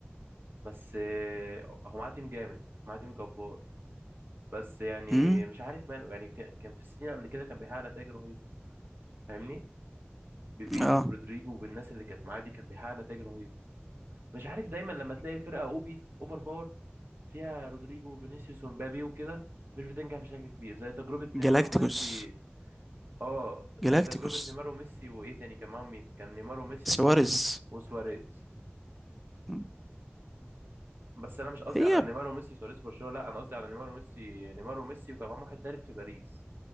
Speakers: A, on the right (about 60°); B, in the centre.
A: بس آه، هو معاه تيم جامد معاه تيم جبار بس يعني
B: امم
A: مش عارف ماله يعني ك- كان في السنين قبل كده كان بيحقق نتائج رهيبة فاهمني بفيني
B: اه
A: وبرودريجو والناس اللي كانت معاه دي كان بيحقق نتائج رهيبة مش عارف دايما لما تلاقي فرقة اوبي اوفر باور فيها رودريجو وفينيسيوس ومبابي وكده مش بتنجح بشكل كبير زي تجربة
B: جالاكتيكوس
A: نيمار وميسي اه زي
B: جالاكتيكوس
A: تجربة نيمار وميسي وايه تاني كان معاهم مين كان نيمار وميسي
B: سواريز
A: وسواريز
B: مم.
A: بس انا مش قصدي
B: هي
A: على نيمار وميسي وسواريز في برشلونة لا انا قصدي على نيمار وميسي نيمار وميسي وكان معاهم واحد تالت في باريس